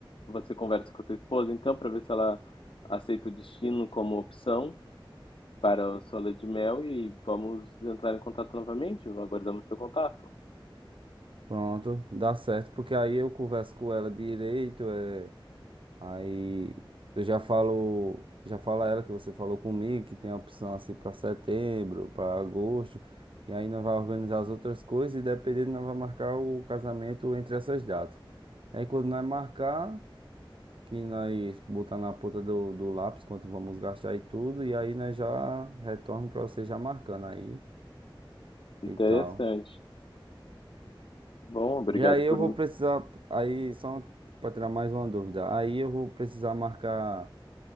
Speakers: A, on the left; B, on the right.
A: Você conversa com a sua esposa, então, para ver se ela aceita o destino como opção para a sua lua de mel e vamos entrar em contato novamente. Aguardamos seu contato.
B: Pronto, dá certo, porque aí eu converso com ela direito, é, aí eu já falo, já falo a ela que você falou comigo, que tem a opção assim para setembro, para agosto, e aí nós vai organizar as outras coisas e dependendo, nós vai marcar o casamento entre essas datas. Aí quando nós marcar. que nós botar na ponta do, do lápis quanto vamos gastar e tudo, e aí nós já retorno para você já marcando aí
A: Interessante.
B: e tal.
A: Bom, obrigado
B: E aí
A: por.
B: eu vou precisar, aí só para tirar mais uma dúvida, aí eu vou precisar marcar,